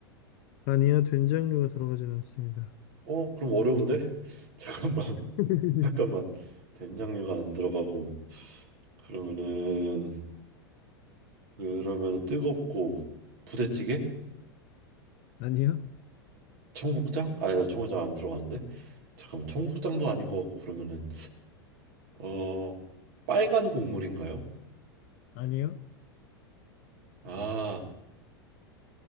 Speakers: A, on the left (about 45°); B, on the right (about 55°).
A: 아니요 된장류가 들어가진 않습니다.
B: 어 그럼 어려운데 <laughs> 잠깐만
A: <laughs>
B: 잠깐만 된장류가 안 들어가고 그러면은 그러면 은 뜨겁고 부대찌개?
A: 아니요?
B: 청국장? 아, 야, 청국장 안 들어가는데 잠깐만 청국장도 아닌 것 같고 그러면은 어 빨간 국물인가요?
A: 아니요?
B: 아